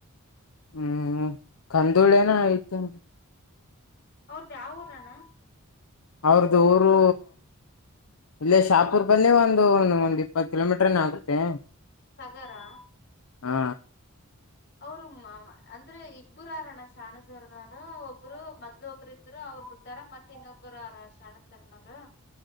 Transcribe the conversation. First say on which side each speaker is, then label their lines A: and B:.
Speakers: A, on the left; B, on the left.
A: ಹ್ಮ್ ಕಂದುಳೇನ ಐಯ್ತ್.
B: ಅವ್ರದ್ ಯಾವೂರಣ್ಣ?
A: ಅವ್ರ್ದು ಊರು ಇಲ್ಲೇ ಶಾಹ್ಪುರ್ದಲ್ಲೇ ಒಂದು ಒಂದ್ ಇಪ್ಪತ್ತು ಕಿಲೋಮೀಟ್ರನ ಆಗುತ್ತೆ.
B: ಹಗರಾ
A: ಹಾ
B: ಅವರು ಮಾ ಅಂದ್ರೆ ಇಬ್ರು ಆರೇ ಅಣ್ಣ ಶಾಣೆ ಸರೂ ಅದು ಒಬ್ರು. ಮೊದ್ಲು ಒಬ್ರು ಇದ್ರು ಅವ್ರು ಬಿಟ್ಟಾರ ಮತ್ ಇನ್ನೊಬ್ಬರು ಆರ ಶಾಣೆ ಸರ್ ನೋಡು.